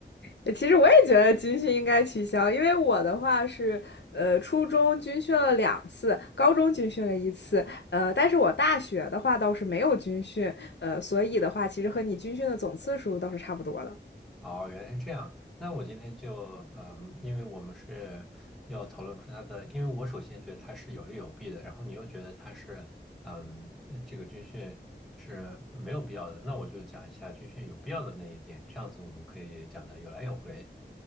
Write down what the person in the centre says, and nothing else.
哦，原来是这样。那我今天就，嗯，因为我们是要讨论出它的，因为我首先觉得它是有利有弊的，然后你又觉得它是，嗯，呃这个军训是没有必要的，那我就讲一下军训有必要的那一点，这样子我们可以讲的有来有回。